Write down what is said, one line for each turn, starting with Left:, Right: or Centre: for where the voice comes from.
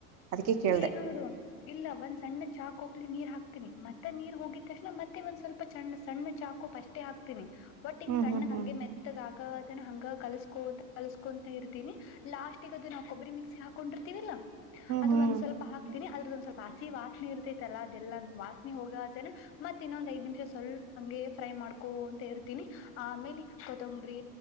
Right: ಅದಕ್ಕೆ ಕೇಳ್ದ
Left: ಇಲ್ಲಿ ನೋಡು ಇಲ್ಲ ಒಂದ್ ಸಣ್ಣ ಚಹಾ ಕಪ್ಲಿ ನೀರ್ ಹಾಕ್ ಹಾಕ್ತನಿ ಮತ್ತೆ ನೀರ್ ಹೋಗಿದ ತಕ್ಷಣ ಮತ್ತೆ ಒಂದ್ ಸ್ವಲ್ಪ ಸಣ್ಣ ಸಣ್ಣ ಚಾಕೋಪ್ ಅಷ್ಟೇ ಹಾಕ್ತೀನಿ. ಒಟ್ ಹಿಂಗ
Right: ಹ್ಮ್
Left: ಸಣ್ಣಗ್
Right: ಹ್ಮ್ ಹ್ಮ್
Left: ಹಂಗೆ ಮೆತ್ತಗ ಆಗದ್ ಹಂಗ ಕಲ್ಸ್ಕೋತ ಕಲ್ಸ್ಕೊಂತ ಇರ್ತೀನಿ ಲಾಸ್ಟ್ಗ ಅದು ನಾವು ಕೊಬ್ಬರಿ ಮಿಕ್ಸಿಗೆ ಹಾಕೊಂಡಿರ್ತೀವಲ್ಲಾ ಅದು
Right: ಹ್ಮ್ ಹ್ಮ್
Left: ಒಂದ್ ಸ್ವಲ್ಪ ಹಾ ಕ್ತಿನಿ ಅದ್ರದೊಂದ್ ಸ್ವಲ್ಪ ಹಸಿ ವಾಸನೆ ಇರ್ತೈತಲ್ಲ ಅದೆಲ್ಲಾ ವಾಸನೆ ಹೋಗತನ ಮತ್ ಇನ್ನೊಂದ್ ಐದ ನಿಮಿಷ ಸ್ವಲ್ಪ ಹಂಗೆ ಫ್ರೈ ಮಾಡ್ಕೊಂತ ಇರ್ತೀನಿ ಆಮೇಲೆ ಕೊತ್ತಂಬ್ರರಿ